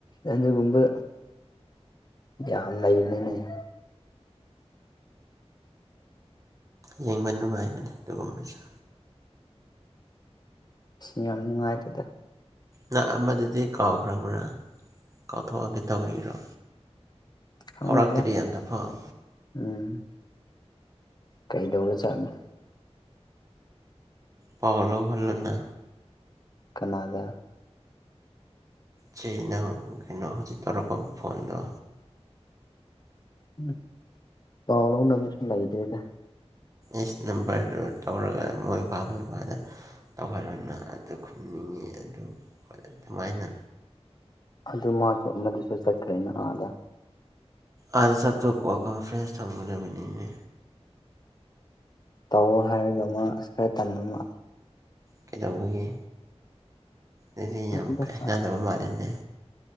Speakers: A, on the left; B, on the right.
A: ꯑꯗꯨꯒꯨꯝꯕ ꯌꯥꯝ ꯂꯩꯕꯅꯤꯅꯦ
B: ꯌꯦꯡꯕ ꯅꯨꯡꯉꯥꯏꯕꯅꯤ ꯑꯗꯨꯒꯨꯝꯕꯁꯨ
A: ꯁꯤ ꯌꯥꯝ ꯅꯨꯡꯉꯥꯏꯇꯦꯗ
B: ꯅꯍ ꯑꯃꯗꯗꯤ ꯀꯥꯎꯈ꯭ꯔꯕ꯭ꯔꯥ ꯀꯥꯎꯊꯣꯛꯑꯒꯦ ꯇꯧꯔꯤꯔꯣ
A: ꯈꯪꯗꯦꯗ
B: ꯐꯥꯎꯔꯥꯛꯇꯗꯤ ꯌꯥꯝꯟꯗꯐꯥꯎ
A: ꯎꯝ ꯀꯩꯗꯧꯔꯖꯥꯠꯅꯣ
B: ꯄꯥꯎꯂꯒꯂꯅ
A: ꯀꯅꯥꯗꯥ
B: ꯁꯤꯩꯅ ꯀꯩꯅꯣ ꯍꯧꯖꯤꯛ ꯇꯧꯔꯛꯄ ꯐꯣꯟꯗꯣ
A: ꯎꯝ ꯆꯥꯎꯅ ꯃꯤꯁꯨꯅ ꯂꯩꯇ꯭ꯔꯦꯗ
B: ꯏꯁ ꯅꯝꯕꯔꯗꯨ ꯇꯧꯔꯒ ꯃꯣꯏꯕꯥꯕꯣꯏꯕꯥꯗ ꯇꯧꯍꯜꯅ ꯑꯗꯨ ꯈꯨꯝꯅꯤꯡꯉꯤ ꯑꯗꯨ ꯑꯗꯨꯃꯥꯏꯅ
A: ꯑꯗꯨ ꯃꯥꯁꯨ ꯃꯗꯨꯁꯨ ꯆꯠꯈ꯭ꯔꯦꯅ ꯑꯥꯗ
B: ꯑ ꯆꯕꯇꯣ ꯀꯣꯀ ꯐ꯭ꯔꯦꯟꯁ ꯊꯝꯒꯗꯕꯅꯤꯅ
A: ꯇꯧ ꯍꯥꯏꯔꯒ ꯃꯥ ꯑꯁ ꯈꯔ ꯇꯟꯃ
B: ꯀꯩꯗꯧꯕꯒꯤ ꯑꯗꯨꯗꯤ
A: ꯈꯪꯗꯦꯗ
B: ꯌꯥꯝ ꯀꯅꯗꯕ ꯃꯥꯜꯂꯤꯦꯅꯦ